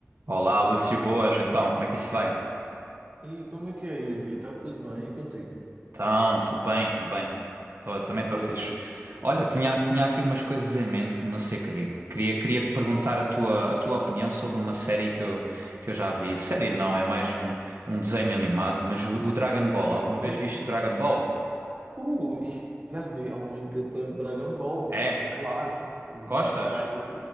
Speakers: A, on the right (about 55°); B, on the right (about 35°).
A: Olá, Lúcio, boas, então, como é que isso vai?
B: E como é que é, Yuri? Está tudo bem e contigo?
A: Então, tudo bem, tudo bem. Tô- também estou
B: Boa,
A: fixe.
B: boa.
A: Olha, tinha, tinha aqui umas coisas em mente, não sei, queria, queria, queria te perguntar a tua, a tua opinião sobre uma série que eu, que eu já vi. Série não, é mais um, um desenho animado, mas o, o Dragon Ball, alguma
B: E,
A: vez viste o Dragon Ball?
B: ui, já vi há muito tempo Dragon Ball, mas
A: É?
B: claro,
A: Gostas?
B: passei,